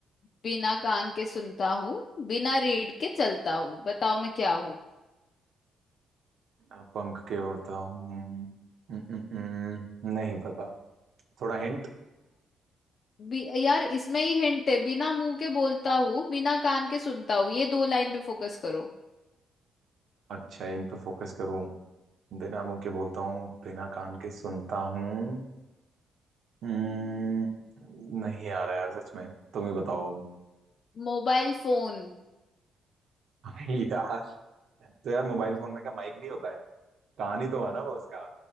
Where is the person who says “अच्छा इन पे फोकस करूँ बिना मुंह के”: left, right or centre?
Right